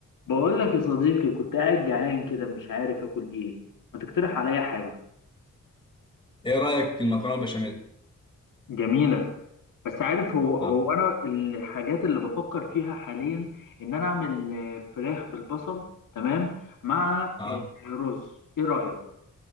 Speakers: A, on the left (about 80°); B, on the left (about 15°).
A: بقول لك يا صديقي كنت قاعد جعان كده مش عارف اكل ايه ما تقترح عليا حاجة
B: ايه رايك في المكرونه البشاميل
A: جميلة بس عارف هو هو
B: اه
A: أنا الحاجات اللي بفكر فيها حاليا إن أنا أعمل آه، فراخ بالبصل تمام مع
B: اه
A: آه، رز إيه رأيك؟